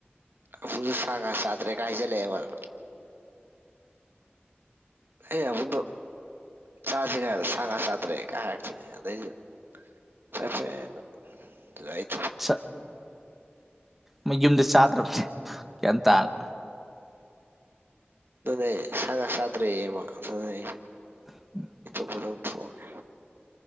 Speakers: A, on the right; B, in the centre.
A: ꯑꯄꯨꯡꯁꯨ ꯁꯥ ꯉꯥ ꯆꯥꯗ꯭ꯔꯦꯒ ꯍꯥꯏꯖꯜꯂꯛꯑꯦ ꯑꯩꯉꯣꯟꯗ ꯑꯩ ꯑꯕꯨꯡꯗꯣ ꯆꯥꯁꯤꯔ ꯁꯥ ꯉꯥ ꯆꯥꯗ꯭ꯔꯦꯒ ꯍꯥꯏꯔꯛꯕꯤꯅꯦ ꯑꯗꯩꯗꯤ ꯐꯥꯔꯦ ꯐꯥꯔꯦꯅ ꯑꯗꯩꯗꯤ
B: ꯆ ꯃꯌꯨꯝꯗ ꯆꯥꯗ꯭ꯔꯕꯅꯦ ꯒ꯭ꯌꯥꯟ ꯇꯥꯅ
A: ꯑꯗꯨꯅꯦ ꯁꯥꯉꯥ ꯆꯥꯗ꯭ꯔꯦꯌꯦ ꯃꯥ ꯑ <unintelligible>
B: <inaudible>
A: ꯄꯨꯂꯞ ꯊꯣꯡꯉꯦ